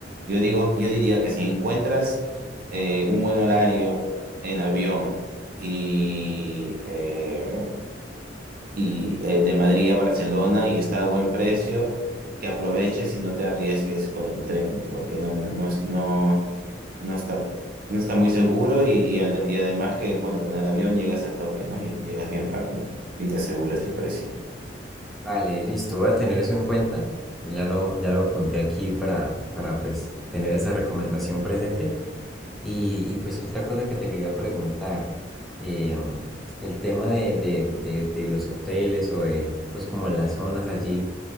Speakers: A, on the right (about 50°); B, in the centre.
A: Yo digo, yo diría que si encuentras eh, un buen horario en avión y, eh, y eh, de Madrid a Barcelona y está a buen precio, que aproveches y no te arriesgues con el tren, porque no, no, no, es- no- no está, no está muy seguro y, y al- y además que bueno, con el avión llegas al toque, ¿no? Y llegas bien rápido y te aseguras el precio.
B: Vale, listo, voy a tener eso en cuenta, ya lo, ya lo apunté aquí para, para pues tener esa recomendación presente. Y, y pues otra cosa que te quería preguntar, eh, el tema de, de, de, de los hoteles o de pues como las zonas allí